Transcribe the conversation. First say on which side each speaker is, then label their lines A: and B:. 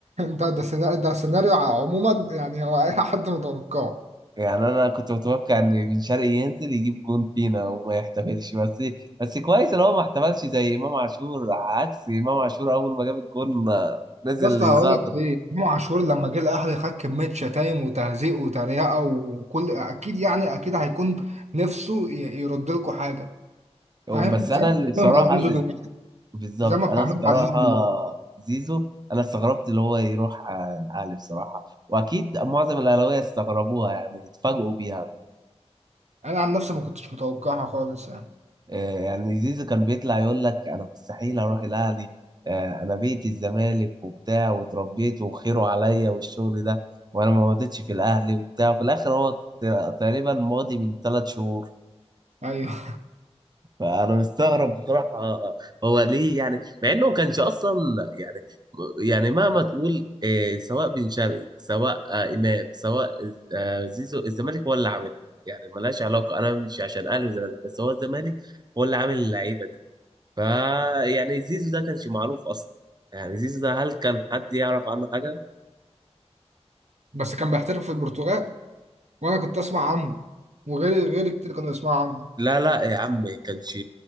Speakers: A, on the right (about 85°); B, on the right (about 40°).
A: ده ده سيناريو ده سيناريو عموما يعني هو اي حد متوقعه
B: يعني انا كنت متوقع ان بن شرقي ينزل يجيب جون فينا وما يحتفلش بس بس كويس ان هو ما احتفلش زي امام عاشور عكس امام عاشور اول ما جاب الجون آه، نزل
A: يا اسطى
B: يزعطر
A: هقول لك ليه امام عاشور لما جه الاهلي خد كميه شتايم وتهزيق وتريقه وكل اكيد يعني اكيد هيكون نفسه ي- يرد لكم حاجه فاهم
B: بس
A: زي
B: انا
A: ما
B: اللي بصراحه
A: بتعملوا مع زيزو
B: اللي
A: دلوقتي
B: بالظبط
A: زي ما بتعملوا
B: انا بصراحه
A: مع زيزو دلوقتي
B: زيزو انا استغربت اللي هو يروح آه، الاهلي بصراحه واكيد معظم الاهلاويه استغربوها يعني اتفاجئوا بيها
A: انا عن نفسي ما كنتش متوقعها خالص يعني
B: آه، يعني زيزو كان بيطلع يقول لك انا مستحيل اروح الاهلي آه، انا بيتي الزمالك وبتاع واتربيت وخيره عليا والشغل ده وانا ما مضيتش في الاهلي وبتاع وفي الاخر هو ت- تقريبا ماضي من ثلاث شهور
A: ايوه
B: فانا مستغرب بصراحه آه، هو ليه يعني مع انه ما كانش اصلا يعني يعني مهما تقول آه، سواء بن شرقي سواء آه، امام سواء آه، زيزو الزمالك هو اللي عاملها يعني ملهاش علاقه انا مش عشان اهلي وزمالك بس هو الزمالك هو اللي عامل اللعيبه دي. فا يعني زيزو ده كانش معروف اصلا يعني زيزو ده هل كان حد يعرف عنه حاجه
A: <laughs> بس كان بيحترف في البرتغال وانا كنت اسمع عنه وغير غير كتير كانوا يسمعوا عنه
B: لا لا يا عم كانش